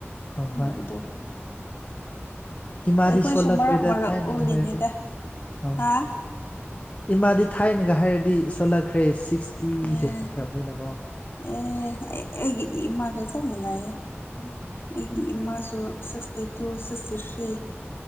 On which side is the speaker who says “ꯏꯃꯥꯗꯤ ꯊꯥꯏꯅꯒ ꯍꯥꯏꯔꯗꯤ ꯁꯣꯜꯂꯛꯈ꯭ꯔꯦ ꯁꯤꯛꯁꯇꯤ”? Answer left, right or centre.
Left